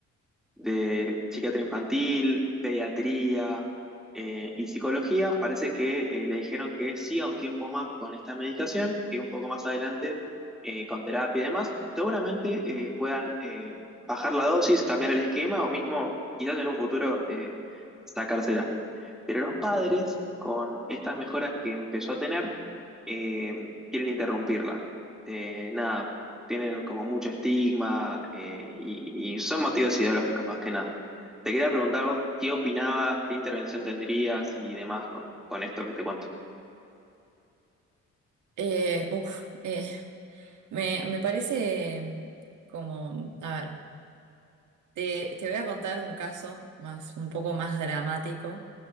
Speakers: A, in the centre; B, on the right.
A: de psiquiatría infantil, pediatría eh, y psicología, parece que eh, le dijeron que siga un tiempo más con esta medicación, que un poco más adelante eh, con terapia y demás, seguramente eh, puedan eh, bajar la dosis, cambiar el esquema o mismo quizás en un futuro eh, sacársela. Pero los padres, con estas mejoras que empezó a tener, eh, quieren interrumpirla. Eh, nada, tienen como mucho estigma eh, y, y son motivos ideológicos más que nada. Te quería preguntar vos qué opinabas, qué intervención tendrías y demás con, con esto que te cuento.
B: Eh, uf, eh, me, me parece como, a ver, te, te voy a contar un caso más, un poco más dramático